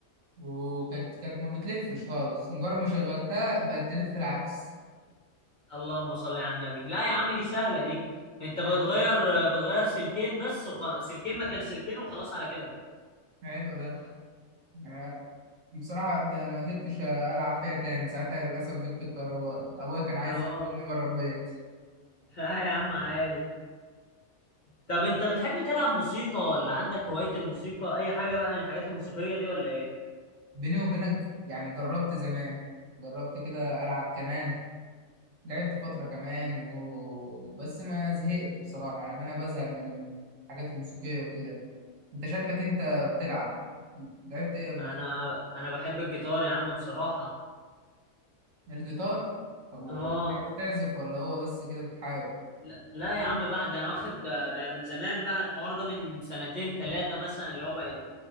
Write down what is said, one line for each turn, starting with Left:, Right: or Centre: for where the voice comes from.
Right: وكانت كانت ما بتلفش خالص مجرد ما شغلتها بقت تلف العكس
Left: اللهم صل على النبي لا يا عم دي سهله دي انت
Right: مم.
Left: بتغير بتغير سلكين بس وخ... سلكين مكان سلكين وخلاص على كده
Right: حلو ده أنا بصراحة ده ما قدرتش ألعب فيها تاني ساعتها للأسف جبت الكهرباء أبويا كان عايز
Left: اه
Right: يجيبني بره البيت
Left: <laughs> لا يا عم عادي طب انت بتحب تلعب موسيقى ولا عندك هواية الموسيقى اي حاجة بقى من الحاجات الموسيقية دي ولا ايه
Right: بيني وبينك يعني جربت زمان جربت كده ألعب كمان لعبت فترة كمان و... بس ما زهقت بصراحة يعني أنا بزهق من الحاجات الموسيقية وكده أنت شكلك أنت بتلعب لعبت إيه قبل
Left: انا
Right: كده؟
Left: انا بحب الجيتار يا عم بصراحة
Right: الجيتار طب وبتعرف
Left: اه
Right: تعزف ولا هو بس كده بتحاول
Left: لا لا يا عم بقى ده انا واخد ده, ده من زمان بقى الحوار ده من سنتين ثلاثة مثلا اللي هو بقت